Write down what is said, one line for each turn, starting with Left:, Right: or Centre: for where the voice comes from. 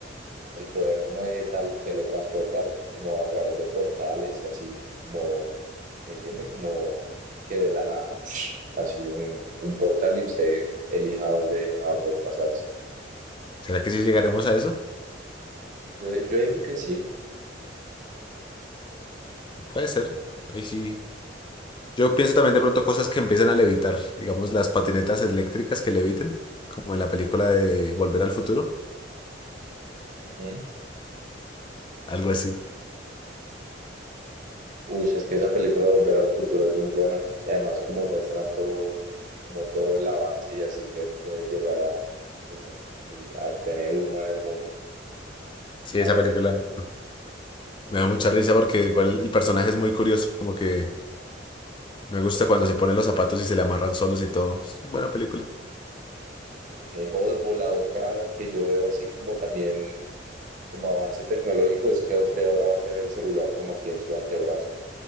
Right: el poder como de tal, teletransportarse como a través de portales y así, como, ¿me entienden? Como que de la nada, <sniffs> así un, un portal y usted elija a dónde, a dónde pasarse.
Left: ¿Será que sí llegaremos a eso?
Right: Yo, di- yo digo que sí.
Left: Puede ser. Ahí sí. Yo pienso también de pronto cosas que empiezan a levitar, digamos las patinetas eléctricas que leviten, como en la película de Volver al Futuro,
Right: Ujú.
Left: algo así.
Right: Uy, es que esa película Volver al Futuro es muy buena, ¿no? Y además como muestran todo, como todo el avance y así que puede llegar a, pues, a, pues, a tener uno en el mundo.
Left: Sí,
Right: A
Left: esa
Right: ver,
Left: película. Me da mucha risa porque igual el personaje es muy curioso, como que me gusta cuando se ponen los zapatos y se le amarran solos y todo. Es buena película.
Right: ok. O, o la otra que yo veo así como también como avance tecnológico es que a usted ahora va a tener el celular como aquí en su antebrazo,